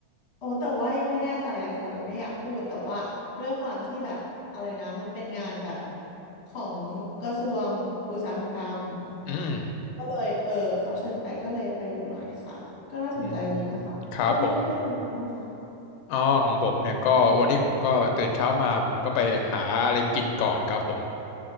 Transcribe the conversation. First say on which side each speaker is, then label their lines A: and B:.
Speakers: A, on the left; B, on the left.
A: โอ้แต่ว่ายังไม่แน่ใจเลยค่ะเลยไม่อยากพูดแต่ว่าด้วยความที่แบบอะไรนะมันเป็นงานแบบของกระทรวงอุตสาหกรรม
B: อืม
A: ก็เลยเออเขาเชิญไปก็เลยไปดูหน่อยค่ะก็น่าสนใจดีนะคะแล้ววันนี้คุณฟิลทำอะไรกันบ้างคะ
B: อืมครับผมอ๋อของผมเนี่ยก็วันนี้ผมก็ตื่นเช้ามาผมก็ไปหาอะไรกินก่อนครับผม